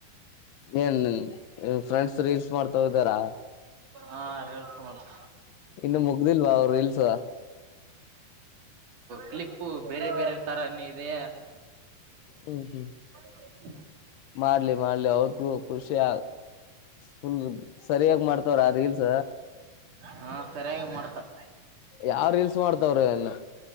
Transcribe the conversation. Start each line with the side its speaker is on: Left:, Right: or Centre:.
Left: ಏನ್ ಫ್ರೆಂಡ್ಸ್ ರೀಲ್ಸ್ ಮಾಡ್ತಾ ಇದ್ದಾರಾ
Right: ಹಾಂ ರೀಲ್ಸ್ ನೋಡ್ತಾ ಇದಾರೆ
Left: ಇನ್ನು ಮುಗ್ದಿಲ್ವಾ ಅವರು ರೀಲ್ಸ್
Right: ಕಲಿಪ್ ಉಪ್ಪು ಬೇರೆ ಬೇರೆ ತರ ಇನ್ನು ಇದೆ
Left: ಹ್ಮ್ ಹ್ಮ್
Right: ಹ
Left: ಮಾಡ್ಲಿ ಮಾಡ್ಲಿ ಅವ್ರು ಖುಷಿಯ ಫುಲ್ ಸರಿಯಾಗಿ ಮಾಡ್ತವ್ರಾ ರೀಲ್ಸ್
Right: ಹಾ ಸರಿಯಾಗಿ ಮಾಡ್ತಾರೆ
Left: ಯಾವ ರೀಲ್ಸ್ ಮಾಡ್ತಾವ್ರೆ ನ್ನು,